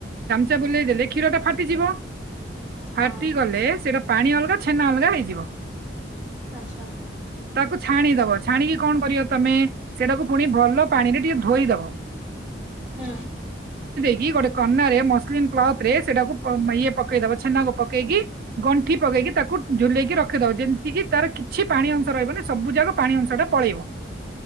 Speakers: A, on the right; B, in the centre.
A: ବୁଲେଇଦେଲେ କ୍ଷୀର ଟା ଫାଟିଯିବ।
B: ହଁ
A: ଫାଟିଗଲେ ସେଇଟା ପାଣି ଅଲଗା ଛେନା ଅଲଗା ହେଇଯିବ।
B: ଆଚ୍ଛା।
A: ତାକୁ ଛାଣିଦବ ଛାଣିକି କଣ କରିବ ତମେ ସେଇଟାକୁ ପୁଣି ଭଲ ପାଣିରେ ଟିକେ ଧୋଇଦବ।
B: ହୁଁ।
A: କି ଗୋଟେ କନାରେ ମସ୍ଲିମ୍ କପ୍ ରେ ସେଇଟାକୁ ଇଏ ପକେଇ ଦବା ଛେନା ପକେଇକି ଗଣ୍ଠି ପକେଇକି ତାକୁ ଝୁଲେଇକି ରଖିଦବ ଯେମିତିି ତାର କିଛି ପାଣି ଅଂଶ ରହିବନି ସବୁ ଯାଙ୍କ ପାଣି ଅଂଶ ଟା ପଳେଇବ।